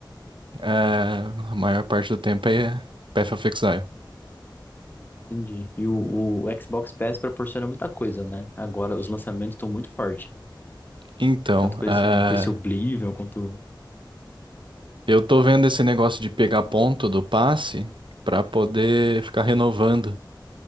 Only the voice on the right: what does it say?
é, a maior parte do tempo é Path of Exile.
Então,
eh,
Eu tô vendo esse negócio de pegar ponto do passe pra poder ficar renovando.